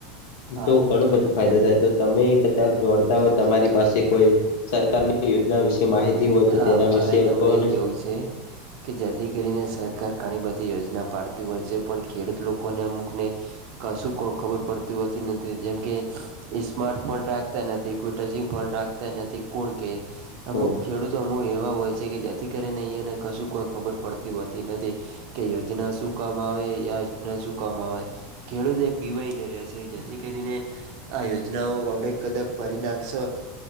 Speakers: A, on the right; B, on the left.
A: હા
B: તો ઘણો બધો ફાયદો થાય તો તમે ક જોણતા હોય તમારી પાસે કોઈ સરકારની યોજના વિશે માહિતી હોય તો
A: હા
B: તેના
A: મારે
B: વિશે
A: તમને
B: કહો
A: એ
B: ને
A: કેવું છે. કે જેથી કરીને સરકાર ઘણી બધી યોજના પાડતી હોય છે ખેડૂત લોકોને અમુકને કશુંક ખબર પડતી હોતી નથી જેમ કે સ્માર્ટ ફોન રાખતા નથી કોઈ ટચિંગ ફોન રાખતા કોણ કે
B: હમ
A: અમુક ખેડૂતો અમુ એવા હોય છે કે જેથી કરીને અહીંયાને કશું કોઈ ખબર પડતી હોતી નથી. કે યોજના શું કામ આવે યાયોજના શું કામ આવે. ખેડૂત એક બીવાઈને રહેશે જેથી કરીને. આ યોજનાઓ આપડ કદાચ કરી નાખશે